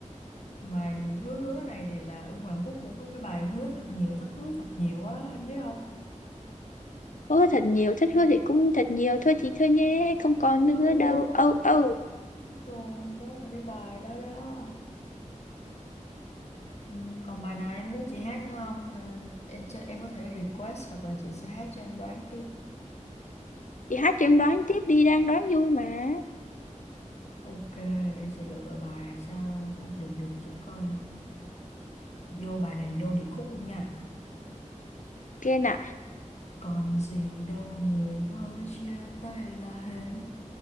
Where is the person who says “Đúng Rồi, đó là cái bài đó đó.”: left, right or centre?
Left